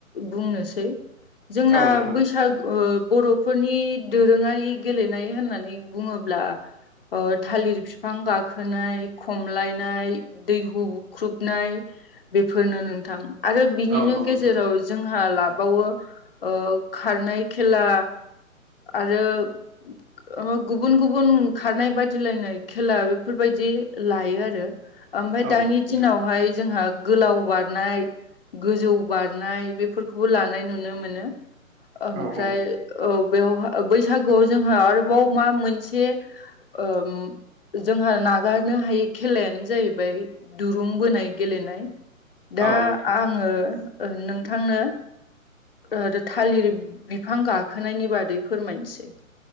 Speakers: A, on the left (about 40°); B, on the right (about 15°).
A: बुंनोसै। जोंना
B: औ नोंथां
A: बैसागु ओ बर'फोरनि दोरोङारि गेलेनाय होननानै बुङोब्ला ओ थालिर बिफां गाखोनाय, खमलाय नाय दैहु बुख्रुबनाय बेफोरनो नोंथां। आरो बिनिनो
B: औ औ
A: गेजेराव
B: नोंथां
A: जोंहा लाबावो ओ खारनाय खेला आरो गुबुन गुबुन खारनाय बादिलायनाय खेला बेफोरबायदि लायो आरो। ओमफ्राय
B: औ
A: दानि
B: नोंथां
A: दिनावहाय जोंहा गोलाव बारनाय गोजौ बारनाय बेफोरखौबो लानाय नुनो मोनो। ओमफ्राय
B: औ औ
A: औ बेवहाय बैसागुआव जोंहा आरोबाव मा मोनसे उम जोंहा नागारनो हायि खेलायानो जाह जाहैबाय दुरुं बोनाय गेलेनाय दा
B: औ नोंथां
A: आङो ओ नोंथांनो आरो थालिर बिफां गाखोनायनि बादै फोरमायनोसै।